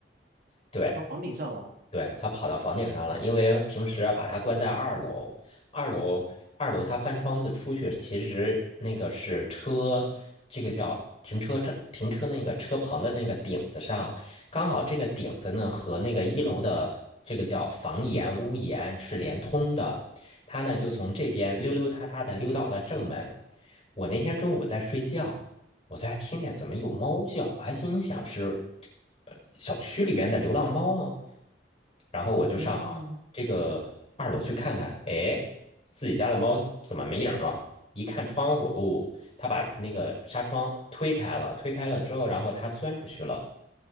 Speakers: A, on the left (about 35°); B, on the right (about 55°).
A: 对，
B: 跑到房顶上了，
A: 对，它跑到房顶上了，因为平时啊把它关在二楼，二楼二楼它翻窗子出去，其实那个是车，这个叫停车车停车那个车棚的那个顶子上，刚好这个顶子呢和那个一楼的这个叫房檐屋檐是连通的，它呢就从这边溜溜达达的溜到了正门。我那天中午在睡觉，我在听见怎么有猫叫，我还心想是呃小区里边的流浪猫吗？然后我就上这个二楼去看看，
B: 嗯，
A: 哎，自己家的猫怎么没影儿了？一看窗户，哦，它把那个纱窗推开了，推开了之后，然后它钻出去了。